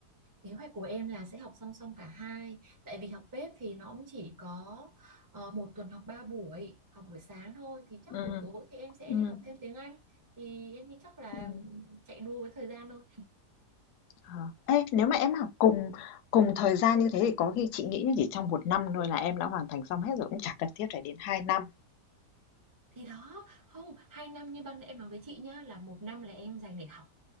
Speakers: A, on the right; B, on the left.
A: kế hoạch của em là sẽ học song song cả hai tại vì học bếp thì nó cũng chỉ có ờ, một tuần học ba buổi học buổi sáng thôi thì chắc
B: Ừ,
A: buổi tối thì em sẽ
B: ừ,
A: đi học thêm tiếng Anh thì em nghĩ chắc là
B: ừ.
A: chạy đua với thời gian thôi
B: ờ. Ê, nếu mà em học cùng cùng thời gian như thế thì có khi chị nghĩ là chỉ trong một năm thôi là em đã hoàn thành xong hết rồi, cũng chẳng cần thiết phải đến hai năm.
A: Thì đó, không, 2 năm như ban nãy em nói với chị nhá là một năm là em dành để học